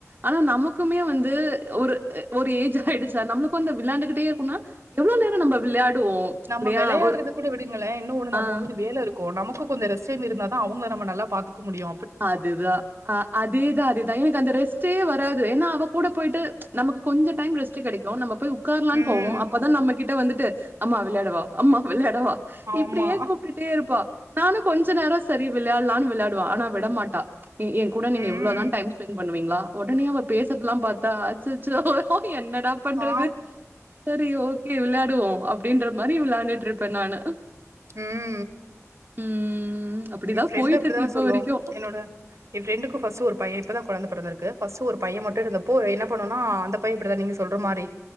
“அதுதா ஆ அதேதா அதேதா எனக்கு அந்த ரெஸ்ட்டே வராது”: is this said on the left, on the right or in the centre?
Right